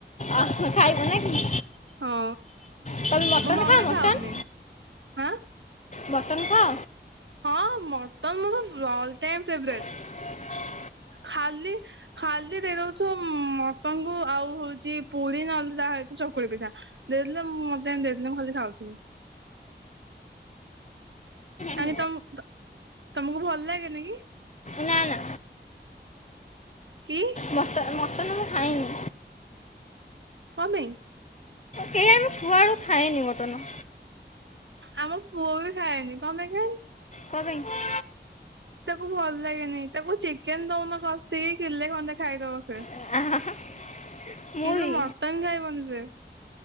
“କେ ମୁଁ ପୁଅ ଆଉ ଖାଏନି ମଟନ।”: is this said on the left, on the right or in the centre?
Left